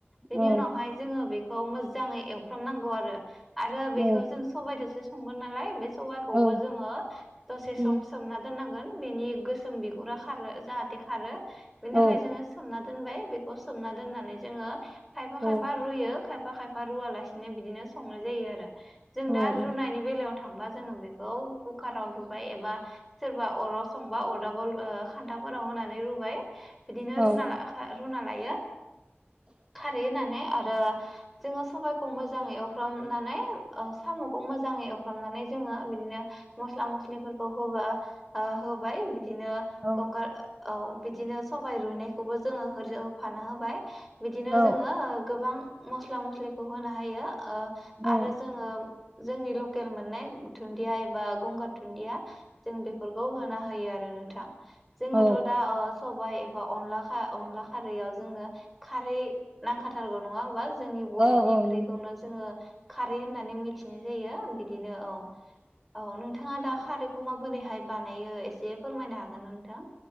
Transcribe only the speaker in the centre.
बिनि
उनावहाय जोङो बेखौ मोजाङै एवफ्रामनांगौ आरो आरो
बेखौ जों सबबायदोसो संगोन नालाय बे सबाइखौबो
जोङो दसे
सम सोमना दोननांगौ। गोन बेनि गोसोम बिगुरा खारो जाहाथे खारो। बेनि
थाखाय जोङो सोमना दोनबाय बेखौ खौ सोमना दोननानै जोङो खायफा
खायफा रुयो खायफा खायफा खायफा रुवालासिनो बिदिनो संनाय जायो आरो। जों
दा
रुनायनि बेलायाव थांबा जोङो बेखौ कुकाराव रु बाय एबा सोरबा अराव संबा अ दाबल ओ खान्थाफोराव होनानै रुबाय इदिनो
रुना लाखा रुना <unintelligible> खारै होना ने आरो जोङो सबाइखौ मोजाङै एव एवफ्रामनानै ओ सामुखौ मोजाङै एवफ्रामनानै जोङो बिदिनो मस्ला मस्लिफोरखौ जोङो सबाइखौ मोजाङै एव होबा होबाय बिदिनो
अंगार औ बिदिनो सबाय रुयनायखौबो होरोब होफाना होबाय बिदिनो
जोङो गोबां मस्ला मस्लिखौ होनो हायो
आरो जोङो जोंनि लकेल मोननाय धुन्दिया एबा गंगार धुन्दिया जों बेफोरखौ होनो हायो आरो नोंथां जोंनथ'
दा ओ सबाय बा अनलाखा-अनलाखा रैयाव जोंनो खारै नांखाथारगौ नङा होमबा जोंनि बर'नि
ओंख्रिखौनो
जोङो खारै होननानै मिथिनाय जायो बिदिनो औ औ नोंथाङा दा खारैखौ माबोरैहाय बानायो एसे फोरमायनो हागोन ना नोंथां?